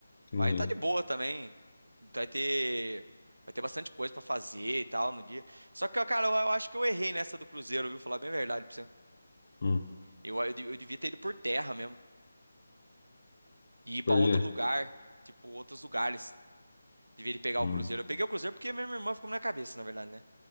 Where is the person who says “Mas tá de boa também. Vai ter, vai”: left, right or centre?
Right